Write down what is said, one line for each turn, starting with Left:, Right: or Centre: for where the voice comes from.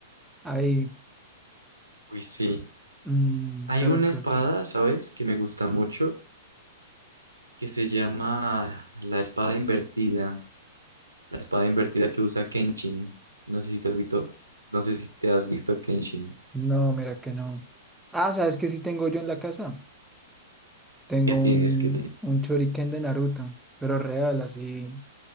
Centre: ahí,
Right: Uy, sí.
Centre: Mm,
Right: Hay
Centre: pero
Right: una
Centre: ¿qué
Right: espada,
Centre: otra?
Right: ¿sabes? Que me gusta mucho que se llama La espada invertida, la espada invertida que usa Kenshin. No sé si te has visto, no sé si te has visto Kenshin.
Centre: No, mira que no. Ah, ¿sabes qué sí tengo yo en la casa? Tengo
Right: ¿Qué
Centre: un,
Right: tienes? ¿Qué tienes?
Centre: un shuriken de Naruto, pero real, así.